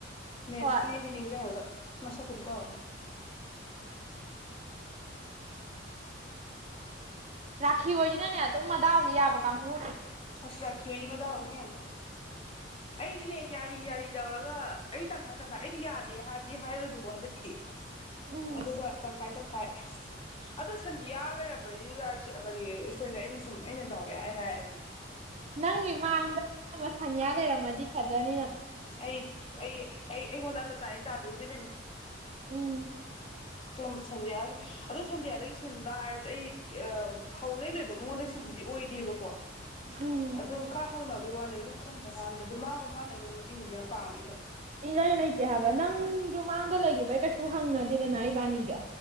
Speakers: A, on the left; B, on the right.
A: ꯃꯦꯠꯁꯀꯤ
B: ꯍꯣꯏ
A: ꯅꯤꯡꯖꯪꯉꯒ ꯃꯁꯛ ꯄꯨꯗꯤ ꯀꯥꯎꯔꯝꯅꯤ
B: ꯔꯥꯈꯤꯍꯣꯢꯏꯁꯤꯅꯅꯦ ꯑꯗꯨꯝ ꯃꯗꯥꯎꯁꯦ ꯌꯥꯕ ꯀꯥꯡꯕꯨꯅꯦ
A: ꯑꯁ ꯔꯥꯈꯤꯑꯣꯏꯗꯤ ꯃꯗꯥꯥꯎ ꯑꯗꯨꯝ ꯌꯥꯏꯗ
B: <inaudible>
A: ꯑꯩꯗꯤꯅꯦ ꯌꯥꯔꯤ ꯌꯥꯔꯤ ꯇꯧꯔꯒ ꯑꯩ ꯇꯪꯈꯥꯏ ꯇꯪꯈꯥꯏ ꯑꯩꯗꯤ ꯌꯥꯗꯦ ꯍꯥꯏꯕꯗꯤ ꯍꯥꯏꯔꯣꯏꯕꯀꯣ ꯍꯟꯗꯛꯀꯤꯗꯤ
B: ꯎꯝ
A: ꯑꯗꯨꯒ ꯇꯪꯈꯥꯏ ꯇꯪꯈꯥꯏ ꯑꯗꯣ ꯁꯟꯗꯤꯌꯥ ꯂꯩꯔꯝꯕꯅꯤ ꯇꯁꯇꯔꯅꯦ ꯑꯩꯅ ꯁꯨꯝ ꯑꯩꯅ ꯗꯥꯎ ꯌꯥꯢ ꯍꯥꯏꯔꯗꯤ
B: ꯅꯪꯒꯤ ꯃꯥꯡꯗ ꯅ ꯁꯅꯤꯌꯥ ꯂꯩꯔꯝꯃꯗꯤ ꯐꯖꯅꯤ ꯅꯪ
A: ꯑꯩ ꯑꯩ ꯑꯩ ꯑꯩꯉꯣꯟꯗ ꯑꯇꯥ ꯇꯥꯏ ꯇꯥꯗꯣꯏꯁꯤ ꯏꯕꯦꯝ
B: ꯎꯝ
A: ꯇꯝ ꯁꯖꯌꯥ ꯑꯗꯣ ꯁꯟꯗ꯭ꯌꯥꯗꯒꯤ ꯁꯤꯟꯕ ꯍꯥꯏꯔꯁꯨ ꯑꯩ ꯍꯩ ꯍꯧꯕꯗꯩ ꯂꯣꯏꯕ ꯃꯉꯣꯟꯗ ꯁꯤꯟꯕꯗꯤ ꯑꯣꯏꯗꯦꯕꯀꯣ
B: ꯎꯝ
A: ꯑꯗꯨꯝ ꯈꯔ ꯍꯪꯅꯕꯩ ꯋꯥꯅꯦꯕ ꯑꯗꯨꯝ ꯈꯪꯗ꯭ꯔꯀꯥꯟꯗ ꯑꯗꯨꯝ ꯃꯥ ꯃꯥꯅ ꯑꯩꯉꯣꯟꯗ ꯃꯇꯦꯡꯗꯣ ꯌꯥꯝ ꯄꯥꯡꯉꯦꯗꯣ
B: ꯏ ꯂꯩ ꯂꯩꯇꯦ ꯍꯥꯏꯕ ꯅꯪꯁꯨ ꯃꯥꯡꯗ ꯂꯩꯈꯤꯕꯩ ꯀꯩꯁꯨ ꯍꯪꯅꯗꯦꯗꯅ ꯏꯕꯥꯅꯤꯗꯤ